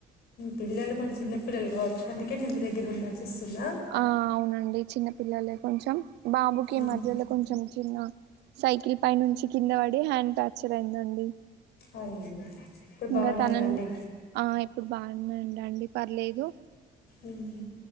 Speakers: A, on the left (about 70°); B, on the right (about 85°).
A: పిల్లలు కొంత చిన్న పిల్లలు కావచ్చు అందుకే ఇంటి దగ్గర ఉండాల్సి వస్తుందా
B: ఆ అవునండి చిన్న పిల్లలే కొంచం బాబుకి ఈ
A: ఉమ్.
B: మధ్యలో కొంచం చిన్న సైకిల్ పై నుంచి కింద పడి హ్యాండ్ ఫ్యాక్చర్ అయిందండి.
A: అయ్యో ఇప్పుడు
B: ఇంకా
A: బాగున్నారా
B: తనన్
A: అండి
B: ఆ ఇప్పుడు బాగున్నా అండి పర్లేదు
A: ఉమ్,